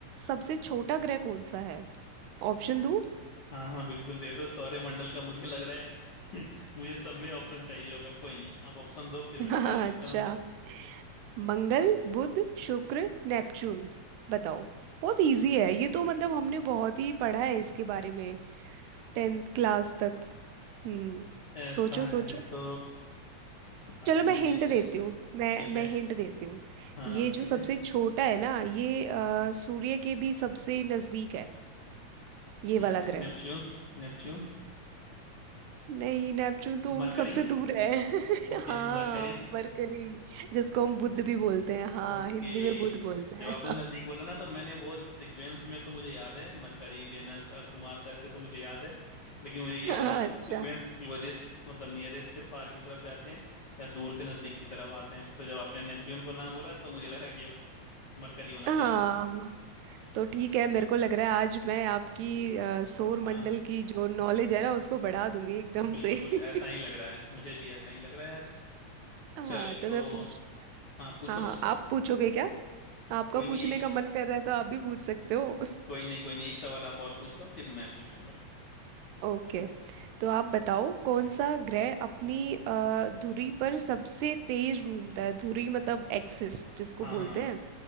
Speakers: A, on the right (about 85°); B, on the left (about 65°).
A: सबसे छोटा ग्रह कौन सा है ऑप्शन दूँ
B: हाँ हाँ बिल्कुल दे दो सौर्य मंडल का मुझे लग रहा है <laughs> मुझे सब में ऑप्शन चाहिए होगा कोई नहीं आप ऑप्शन दो फिर
A: <laughs>
B: मैं ट्राई करता
A: अच्छा
B: हूँ
A: मंगल बुध शुक्र नेपच्यून बताओ बहुत इजी है ये तो मतलब हमने बहुत ही पढ़ा है इसके बारे में टेंथ क्लास तक हम्म
B: ऐसा
A: सोचो
B: है
A: सोचो
B: तो पता
A: चलो
B: नहीं
A: मैं
B: मुझे
A: हिंट
B: इसमें
A: देती
B: से-
A: हूँ मैं
B: ठीक
A: मैं
B: है
A: हिंट देती हूँ
B: हाँ
A: ये
B: हाँ ठीक
A: जो सबसे
B: है
A: छोटा है ना ये अ, सूर्य के भी सबसे नजदीक है ये
B: ठीक
A: वाला
B: है
A: ग्रह
B: Neptune Neptune
A: नहीं नेपच्यून तो
B: Mercury
A: वो सबसे दूर है <laughs>
B: Okay
A: हाँ
B: Mercury
A: मरकरी जिसको हम बुध भी बोलते हैं हाँ
B: Okay
A: हिंदी में बुध बोलते हैं
B: जब आपने नजदीक बोला ना तो मैंने वो सीक्वेंस में तो मुझे याद है मरकरी वेनस अर्थ मार्स ऐसे तो मुझे याद है लेकिन मुझे ये
A: <laughs>
B: पता नहीं
A: अच्छा
B: कि सीक्वेंस क्लोजेस्ट मतलब नियरेस्ट से फार की तरफ जाते हैं या दूर से नजदीक की तरफ आते हैं तो जब आपने नेपच्यून को ना बोला तो मुझे लगा कि अब मरकरी होना
A: हाँ
B: चाहिए
A: तो ठीक
B: ठीक
A: है
B: है
A: मेरे को लग रहा है आज मैं आपकी अ, सौर
B: हाँ
A: मंडल की जो नॉलेज है ना उसको बढ़ा
B: हाँ,
A: दूंगी एकदम
B: बिल्कुल
A: से
B: बिल्कुल ऐसा ही
A: <laughs>
B: लग रहा है मुझे भी ऐसा ही लग रहा है आज
A: हाँ
B: चलो
A: तो
B: तो
A: मैं पूछ
B: हाँ पूछो
A: हाँ हाँ
B: पूछो
A: आप पूछोगे क्या आपका
B: कोई
A: पूछने
B: नहीं एक
A: का मन कर रहा है तो आप भी पूछ सकते हो
B: कोई नहीं कोई नहीं एक सवाल आप और पूछ लो फिर मैं पूछूंगा
A: <laughs> ओके तो आप बताओ कौन सा ग्रह अपनी अ, धुरी पर सबसे तेज घूमता है धुरी मतलब एक्सिस
B: हाँ
A: जिसको बोलते
B: हाँ
A: हैं